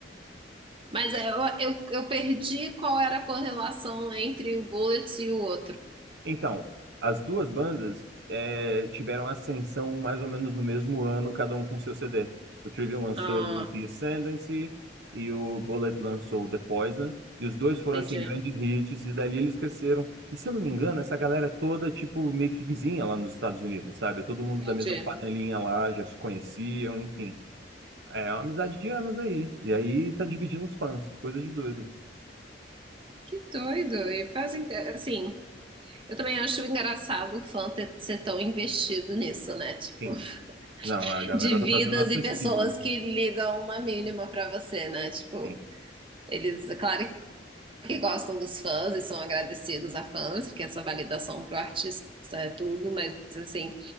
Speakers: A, on the right; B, on the right.
A: Mas é, eu, eu, eu perdi qual era a correlação entre o Bullets e o outro.
B: Então, as duas bandas é, tiveram ascensão mais ou menos no mesmo ano, cada um com seu CD. O Trivium lançou
A: Ah,
B: o The Ascendancy e o Bullet lançou o The Poison. E os dois foram,
A: entendi,
B: assim, grandes hits, e dali eles cresceram. E se eu não me engano, essa galera é toda, tipo, meio que vizinha lá nos Estados Unidos, sabe? Todo mundo
A: entendi.
B: da mesma panelinha lá, já se conheciam, enfim. É uma amizade de anos aí. E aí tá dividindo os fãs, coisa de doido.
A: Que doido. E fazem, assim, eu também acho engraçado o fã ter, ser tão investido nisso, né? Tipo,
B: Sim. Não,
A: <laughs>
B: a galera
A: de vidas
B: tá fazendo a pesquisa.
A: e pessoas que ligam uma mínima pra você, né? Tipo,
B: Sim.
A: eles, claro que gostam dos fãs e são agradecidos a fãs, porque essa validação pro artista é tudo, mas assim,